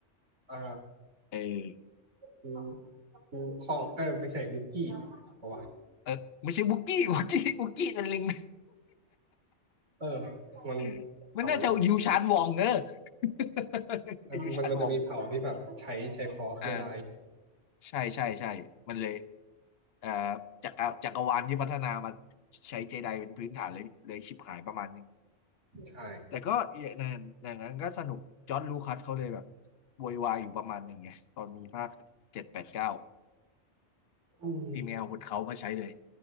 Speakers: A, on the right; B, on the left.
A: เอ่อ
B: เออ
A: กูกูคองเออไม่ใช่วุกกี้เพราะว่า
B: เออไม่ใช่วุกกี้ <laughs> วุกกี้วุกกี้เป็นลิง
A: เออมัน
B: <laughs> มันน่าจะยูชานวองเออ
A: เขาอะไรนะ
B: <laughs>
A: เออมันมันจะมีเผ่าที่แบบใช้ใช้ฟอร์สไม่ได้
B: ยูชานวองอ่า ใช่ใช่ใช่มันเลยเอ่อจักรจักรวาลที่พัฒนามาใช้เจไดเป็นพื้นฐานเลยเลยชิบหายประมาณนึง
A: ใช่
B: แต่ก็อย่างนั้นอย่างนั้นก็สนุกจอร์จลูคัสเขาเลยแบบโวยวายอยู่ประมาณหนึ่งไงตอนมีภาคเจ็ดแปดเก้า
A: อืม
B: ที่ไม่เอาอาวุธเขามาใช้เลย